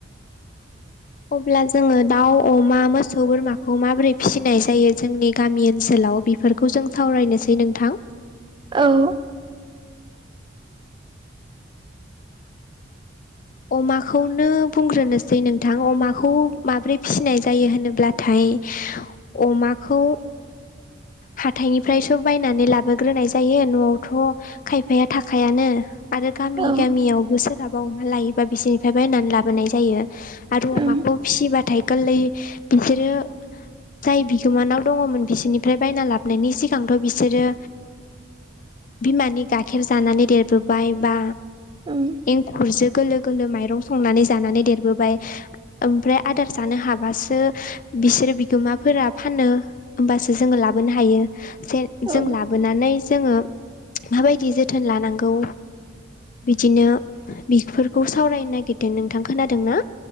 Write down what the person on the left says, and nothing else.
अब्ला जोंङो दाउ, अमा, मोसौ, बोरमाखौ माबोरै फिसिनाय जायो जोंनि गामि ओनसोलाव बेफोर खौ जों सावरायनोसै नोंथां।
अमाखौनो बुंग्रोनोसै नोंथां अमाखौ माबोरै फिसिनाय जायो होनोब्ला थाय अमाखौ हाथायनिफ्रायसो बायनानै लाबोग्रोनाय जायो न'आवथ' खायफाया थाखायानो आरो गामि
गामियावबो सोरहाबा अमा लायो फाय बिसोरनिफ्राय बायनानै लाबोनाय जायो। आरो
अमाखौ फिसिबाथाय गोरलै बिसोरो जाय बिगोमानाव दंङमोन बिसोरनिफ्राय बायना लाबनायनि सिगांथ' बिसोरो बिमानि गाखेर जानानै देरबोबाय बा
एंखुरजों गोल माइरं संनानै जानानै देरबोबाय ओमफ्राय आदार जानो हाबासो बिसोरो बिगोमाफोरा फानो होमबासो जोंङो लाबोनो हायो। जे जों
लाबोनानै जोंङो माबायदि जोथोन लानांगौ बिदिनो बिफोरखौ सावरायनो नागिरदों नोंथां खोनादोंना?